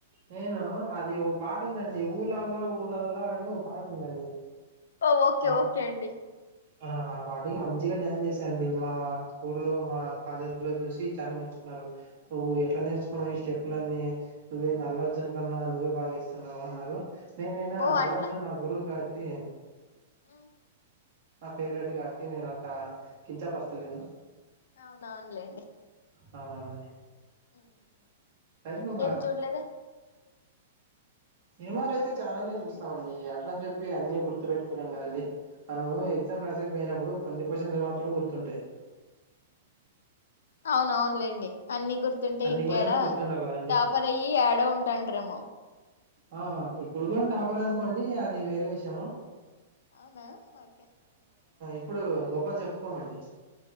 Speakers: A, on the right; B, on the left.
A: నేను అది ఓ పాట ఉందండి ఊలాల ఊలాలా అని ఓ పాట ఉందండి
B: ఓ ఓకే
A: ఆ
B: ఓకే అండి
A: ఆ ఆ పాటకి మంచిగా డ్యాన్స్ చేశానండి. మా స్కూల్లో, మా కాలేజీ లో చూసి చాలా మెచ్చుకున్నారు. నువ్వు ఎట్లా నేర్చుకున్నావు ఈ స్టెప్లన్నీ నువ్వేం అల్లు అర్జున్ కన్నా నువ్వే బాగేస్తున్నావ్ అన్నారు ఏమైనా
B: ఓ
A: అల్లు
B: అట్లా
A: అర్జున్ నా గురువు కా తే
B: ఉమ్,
A: నా ఫేవరెట్ కాట్టి నేను అట్లా కించపరచలేను
B: అవునవునులేండి
A: అవునవునండి
B: ఉమ్.
A: లైఫ్
B: ఇంకేం
A: ఒక
B: చూడలేదు అండి
A: సినిమాలు అయితే చాలానే చూస్తామండి. అట్ల అని చెప్పి అన్ని గుర్తు పెట్టుకోలేం కదండి. మనము ఎగ్జామ్ రాసేకిపోయినప్పుడు కొన్ని క్వశ్చన్స్ మాత్రమే గుర్తుంటాయి
B: అవునవునులేండి అన్ని గుర్తుంటే
A: అన్ని
B: ఇంకాడా
A: క్వశ్చన్స్ గుర్తుండవు కదండి
B: టాపర్ అయి యాడో ఉంటాండ్రెమో
A: ఆ ఇప్పుడు కూడా టాపర్ అనుకోండి అది వేరే విషయము
B: అవునా ఓకే
A: ఇప్పుడు గొప్పల్ చెప్పుకోమండి